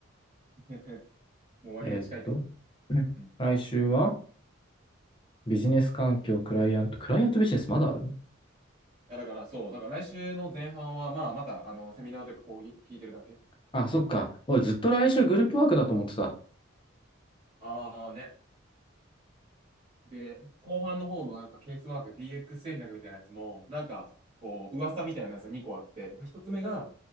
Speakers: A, on the right; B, on the left.
A: <laughs> もう終わりが近いってこと。
B: えーっと、うん来週は
A: うん。い
B: ビジネス環境、クライアント、クライアントビジネスまだある
A: やだからそう、だから来週の前半は、まあまた、あの、セミナーというか講義聞いてるだけ。
B: あ、そっか。俺ずっと来週グループワークだと思ってた。
A: ああね、で、後半の方のなんかケースワーク DX 戦略みたいなやつも、なんかこう、噂みたいなやつが2個あって、1つ目が、